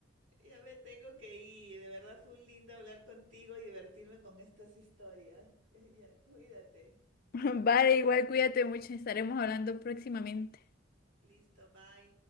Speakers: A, on the right; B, on the left.
A: ya me tengo que ir, de verdad fue un lindo hablar contigo y divertirme con estas historias, <laughs> ya, cuídate,
B: <laughs> Vale, igual cuídate mucho, estaremos hablando próximamente.
A: listo, bye.